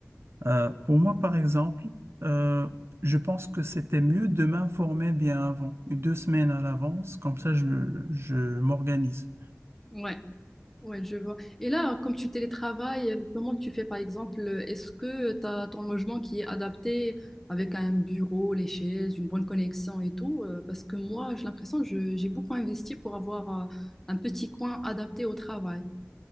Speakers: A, on the right; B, in the centre.
A: Euh, pour moi, par exemple, euh, je pense que c'était mieux de m'informer bien avant, deux semaines à l'avance, comme ça je, je m'organise.
B: Ouais. Ouais, je vois. Et là, comme tu télétravailles, euh, comment tu fais par exemple? euh, Est-ce que tu as ton logement qui est adapté avec un bureau, les chaises, une bonne connexion et tout? euh, Parce que moi, j'ai l'impression que je- j'ai beaucoup investi pour avoir euh, un petit coin adapté au travail.